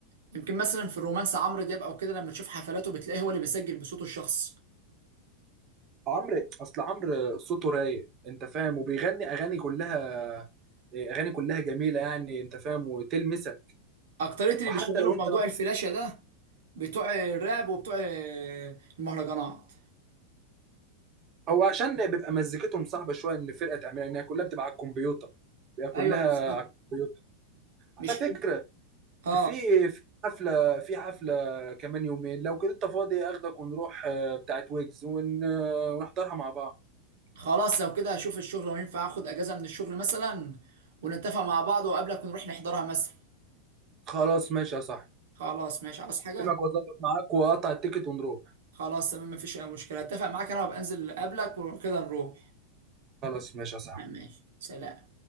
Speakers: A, on the right; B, on the right.
A: يمكن مثلا في الرومانس عمرو دياب او كده لما تشوف حفلاته بتلاقيه هو اللي بيسجل بصوته الشخصي
B: عمرو اصل عمرو صوته رايق انت فاهم وبيغني اغاني كلها اغاني كلها جميله يعني انت فاهم وتلمسك
A: اكتريه اللي
B: وحتى
A: بيشتغلوا
B: لو
A: بموضوع
B: انت
A: الفلاشه ده بتوع الراب وبتوع المهرجانات
B: هو عشان بيبقى مزيكتهم صعبه شويه ان الفرقه تعملها ان هي كلها بتبقى على الكمبيوتر بيبقى كلها
A: ايوه بالظبط
B: على الكمبيوتر على
A: مش
B: فكره
A: كل اه
B: في في حفله في حفله كمان يومين لو كده انت فاضي اخدك ونروح آه، بتاعت ويجز ون... آه، ونحضرها مع بعض
A: خلاص لو كده هشوف الشغل وينفع اخد اجازة من الشغل مثلا ونتفق مع بعض وقبلك ونروح نحضرها مثلا
B: خلاص ماشي يا صاحبي
A: خلاص ماشي عاوز حاجة
B: اكلمك واظبط معاك واقطع التيكت ونروح
A: خلاص تمام مفيش اي مشكلة اتفق معاك انا وابقى انزل قبلك وكده نروح
B: خلاص ماشي يا صاحبي
A: ماشي سلام